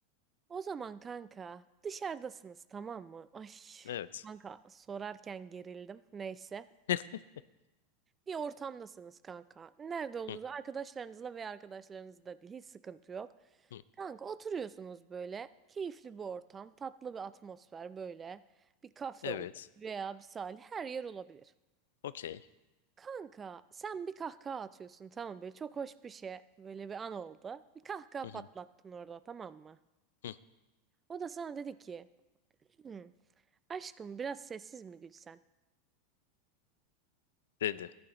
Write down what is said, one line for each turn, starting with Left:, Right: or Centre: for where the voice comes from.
Right: O zaman kanka dışarıdasınız tamam mı? Ay
Left: Evet.
Right: kanka sorarken gerildim. Neyse.
Left: <laughs>
Right: Bir ortamdasınız kanka. Nerede olduğunuz
Left: Hı,
Right: arkadaşlarınızla veya arkadaşlarınızla değil hiç sıkıntı yok.
Left: hı.
Right: Kanka oturuyorsunuz böyle. Keyifli bir ortam, tatlı bir atmosfer böyle. Bir kafe
Left: Evet.
Right: olur veya bir sahil her yer olabilir.
Left: Okey.
Right: Kanka sen bir kahkaha atıyorsun tamam böyle çok hoş bir şey böyle bir an oldu. Bir kahkaha
Left: Hı,
Right: patlattın
Left: hı,
Right: orada tamam mı?
Left: hı.
Right: O da sana dedi ki "Hmm, aşkım biraz sessiz mi gülsen?
Left: Dedi.